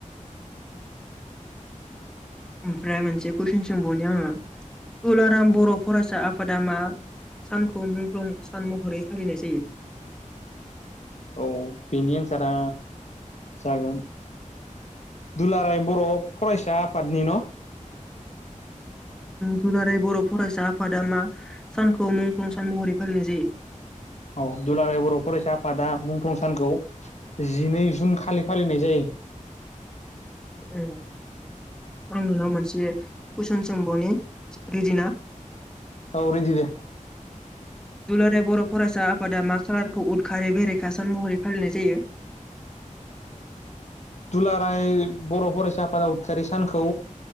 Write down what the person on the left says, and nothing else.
औ। बेनि एन्सारा जागोन दुलाराय बर' फरायसा आफादनि न'
औ। दुलाराय बर' फरायसा आफादा मुंख्लं सानखौ जिनै जुन खालि फालिनाय जायो।
औ रिदि दे
दुलाराय बर' फरायसा आफादा उदखारि सानखौ